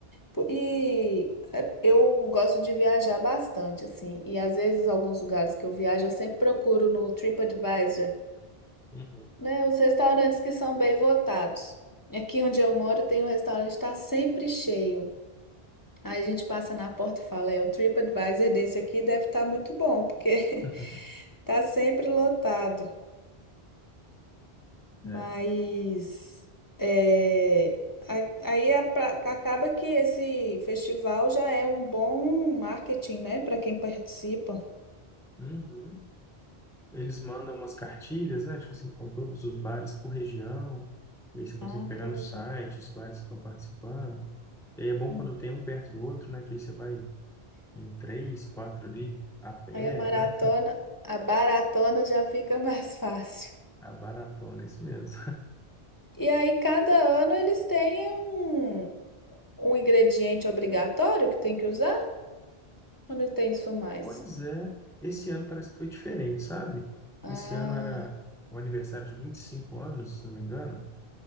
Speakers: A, on the left; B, in the centre.
A: Po- E é, eu gosto de viajar bastante, assim. E às vezes, alguns lugares que eu viajo, eu sempre procuro no TripAdvisor,
B: Uhum.
A: né? Os restaurantes que são bem votados. Aqui onde eu moro, tem um restaurante que está sempre cheio. Aí a gente passa na porta e fala, é, o TripAdvisor desse aqui deve estar muito bom, porque
B: <laughs>
A: <laughs> tá sempre lotado. Mas
B: É.
A: é, a- aí a pra- acaba que esse festival já é um bom marketing, né, para quem participa.
B: Uhum. eles mandam umas cartilhas, né? Tipo assim, com todos os bares por região. E aí você consegue
A: Ah,
B: pegar
A: poxa.
B: no site os bares que estão participando. E aí é bom
A: Hum.
B: quando tem um perto do outro, né? Que aí você vai em três, quatro ali a pé,
A: Aí a maratona,
B: né?
A: a baratona já fica <laughs> mais fácil.
B: A baratona, é isso mesmo.
A: E aí cada ano eles têm um, um ingrediente obrigatório que tem que usar ou não tem isso mais?
B: Pois é, esse ano parece que foi diferente, sabe?
A: Ah.
B: Esse ano era o aniversário de 25 anos, se não me engano,